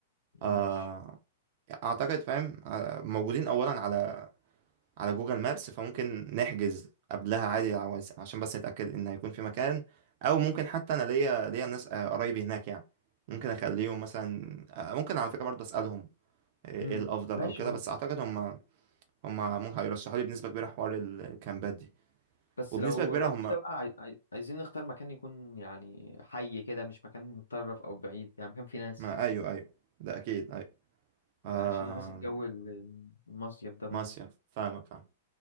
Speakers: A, on the right; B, on the left.
A: آه
B: ماشي
A: اعتقد فاهم آه، موجودين اولا على على جوجل مابس فممكن نحجز قبلها عادي عاوز- عشان بس نتاكد ان هيكون في مكان او ممكن حتى انا ليا ليا ناس آه، قرايبي هناك يعني ممكن اخليهم مثلا آه، ممكن على فكره برضه اسالهم ايه
B: مم.
A: إيه الافضل
B: ماشي
A: او كده
B: ممكن.
A: بس اعتقد هم هم ممكن هيرشحوا لي بنسبة كبيرة حوار الكامبات دي
B: بس
A: وبنسبة
B: لو
A: كبيرة
B: لو
A: هم
B: كده بقى عاي... عاي- عايزين نختار مكان يكون يعني حي كده مش مكان متطرف او بعيد يعني مكان فيه ناس
A: ما أيوه أيوه ده أكيد أيوه آه...
B: يعني عشان نحس الجو ال- المصيف ده برضه
A: ماشية فاهمك فاهم